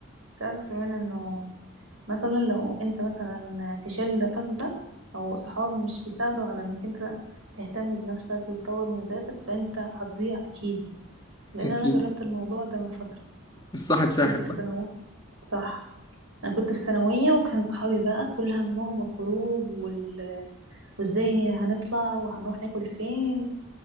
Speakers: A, on the right; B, on the left.
A: تعرف كمان انه مثلا لو انت مثلا في شلة فاسدة او صحاب مش بيساعدوا على انك انت تهتم بنفسك وتطور من ذاتك فانت هتضيع اكيد لان
B: أكيد
A: انا جربت الموضوع ده من فترة
B: الصاحب ساحب
A: كنت في ثانوي صح انا كنت في ثانوية وكان صحابي بقى كل همهم الخروج وال... وازاي هي هنطلع وهنروح ناكل فين